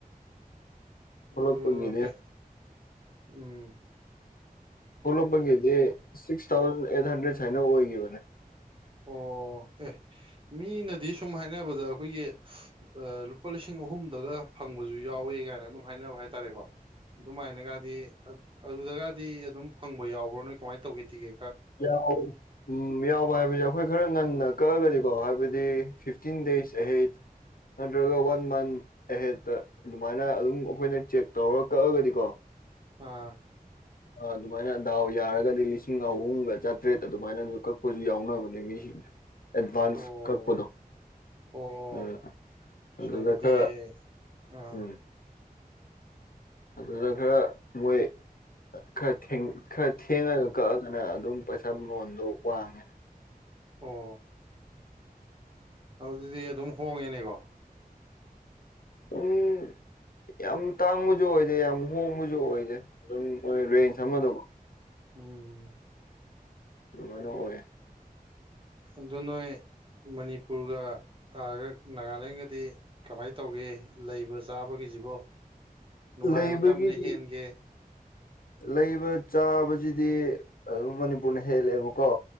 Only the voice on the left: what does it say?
ꯊꯣꯛꯂꯛꯄꯒꯤꯗꯤ
ꯊꯣꯛꯂꯛꯄꯒꯤꯗꯤ ꯁꯤꯛꯁ ꯊꯥꯎꯖꯟ ꯑꯦꯠ ꯍꯟꯗ꯭ꯔꯦꯗ ꯁꯨꯃꯥꯏꯅ ꯑꯣꯏꯒꯤꯕꯅꯦ
ꯌꯥꯎ ꯋꯤ ꯎꯝ ꯌꯥꯎꯕ ꯍꯥꯏꯕꯖꯦ ꯍꯣꯏ ꯈꯔ ꯉꯟꯅ ꯀꯛꯑꯒꯗꯤꯀꯣ ꯍꯥꯏꯕꯗꯤ ꯐꯤꯐꯇꯤꯟ ꯗꯦꯖ ꯑꯍꯦꯠ ꯅꯠꯇ꯭ꯔꯒ ꯋꯥꯟ ꯃꯟ ꯑꯦꯍꯦꯠꯇ ꯑꯗꯨꯃꯥꯏꯅ ꯑꯗꯨꯝ ꯑꯩꯈꯣꯏꯅ ꯆꯦꯛ ꯇꯧꯔ ꯀꯛꯑꯒꯗꯤꯀꯣ
ꯑꯗꯨꯃꯥꯏꯅ ꯗꯥꯎ ꯌꯥꯔꯒꯗꯤ ꯂꯤꯁꯤꯡ ꯑꯍꯨꯝꯒ ꯆꯥꯇ꯭ꯔꯦꯠ ꯑꯗꯨꯃꯥꯏꯅꯁꯨ ꯀꯛꯄꯁꯨ ꯌꯥꯎꯅꯕꯅꯦ ꯃꯤꯁꯤꯡꯁꯦ ꯑꯦꯠꯚꯥꯟꯁ
ꯀꯛꯄꯗꯣ
ꯑꯥ
ꯑꯗꯨꯗ
ꯈꯔ
ꯎꯝ ꯑꯗꯨꯗ ꯈꯔ ꯃꯣꯏ ꯈꯔ ꯊꯦꯡ ꯈꯔ ꯊꯦꯡꯉꯒ ꯀꯛꯑꯒꯅ ꯑꯗꯨꯝ ꯄꯩꯁꯥ ꯃꯃꯜꯗꯣ ꯋꯥꯡꯉꯦ
ꯎꯝ ꯌꯥꯝ ꯇꯥꯡꯕꯖꯨ ꯑꯣꯏꯗꯦ ꯌꯥꯝ ꯍꯣꯡꯕꯖꯨ ꯑꯣꯏꯗꯦ ꯑꯗꯨꯝ
ꯔꯦꯟꯖ ꯑꯃꯗꯀꯣ
ꯑꯗꯨꯝꯃꯥꯏꯅ ꯑꯣꯏ
ꯂꯩꯕꯒꯤꯗꯤ
ꯂꯩꯕ ꯆꯥꯕꯖꯤꯗꯤ ꯑꯗꯨꯝ ꯃꯅꯤꯄꯨꯔꯅ ꯍꯦꯜꯂꯦꯕꯀꯣ